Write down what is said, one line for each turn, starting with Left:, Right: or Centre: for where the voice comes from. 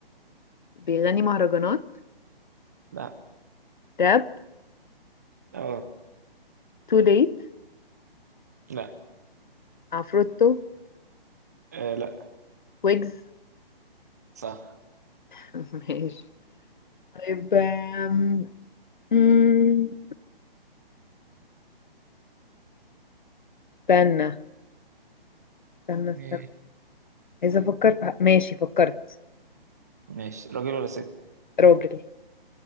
Left: بيغني مهرجانات
Right: لا
Left: راب
Right: اه
Left: تو ليت
Right: لا
Left: عفروتو
Right: آه لا
Left: ويجز
Right: صح
Left: <laughs> ماشي طيب آم، مم، استنى استنى استنى
Right: ماشي
Left: عايزة أفكر في ح- ماشي فكرت
Right: ماشي راجل ولا ست
Left: راجل